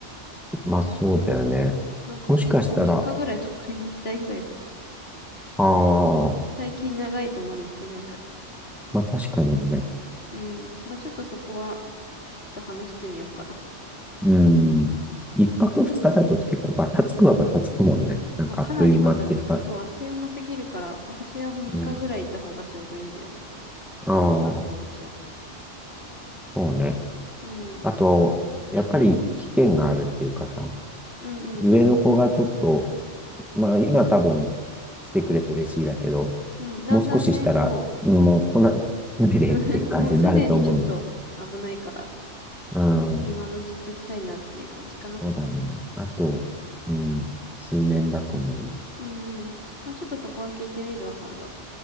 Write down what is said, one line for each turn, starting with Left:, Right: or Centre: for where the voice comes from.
Centre: まあそうだよね。
Left: なんか私もう3日ぐらい泊まりに行きたいぐらい、
Centre: もしかしたら、ああ、
Left: <laughs> 最近長い泊まり行ってないか
Centre: まあ確かにね、
Left: ら。うん。まあちょっとそこは、ちょっと話してみようかな。
Centre: うん。一泊二日だと結構バタつくはバタつくもんね。なんかあっという間っていうか。
Left: まあかなりバタつく。そう、あっという間すぎるから、私は3日ぐらいいた方がちょうどいいんだよね。
Centre: うん。ああ、
Left: あの、あのお家は。
Centre: そうね。
Left: うん。
Centre: あと、やっぱり危険があるっていうかさ、
Left: うんうん
Centre: 上の子がちょっと、まあ今多分来てくれて嬉しいだけど、
Left: うん。うん、だんだんね、
Centre: もう少ししたら、
Left: も
Centre: うんもう来ない、来ないでっていう感じになると思うんだよ。
Left: う <laughs> もうすでにちょっと危ないから、
Centre: うん。
Left: ちょっと今のうち行っときたいなっていう感じかな。
Centre: そうだね。あと、うん、数年だと思うな。
Left: うんうん。まあちょっとそこは聞いてみるわ、今度。